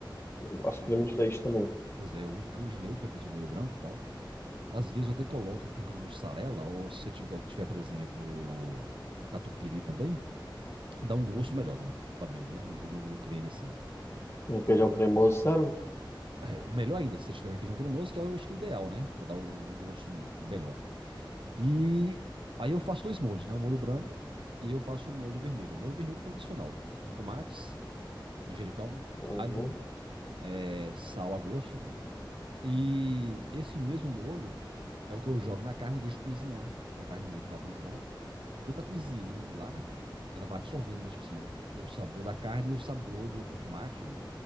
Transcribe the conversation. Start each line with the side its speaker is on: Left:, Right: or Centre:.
Left: Eu gosto de
Right: E,
Left: creme de leite também.
Right: pois é, eu uso creme de leite para fazer o molho branco e tal. Às vezes eu até coloco um pouco de mussarela, ou se você tiver, tiver, por exemplo, o catupiry também, dá um gosto melhor entendeu? também, né? No, no- no creme, assim.
Left: Um Requeijão cremoso, serve?
Right: É melhor ainda se você tiver requeijão cremoso, que é o- eu acho que é o ideal, né? Pra dar o, o gosto melhor. E aí eu faço dois molhos, né? O molho branco e eu faço o molho vermelho. O molho vermelho é tradicional, com tomates, manjericão,
Left: Uhum.
Right: alho, é, sal a gosto, né? E esse mesmo molho é o que eu jogo na carne e deixo cozinhar. Na carne moída lá por enquanto. Enquanto tá cozinhando lá, ela vai absorvendo, né? Tipo assim, o o sabor da carne e o sabor do, do tomate,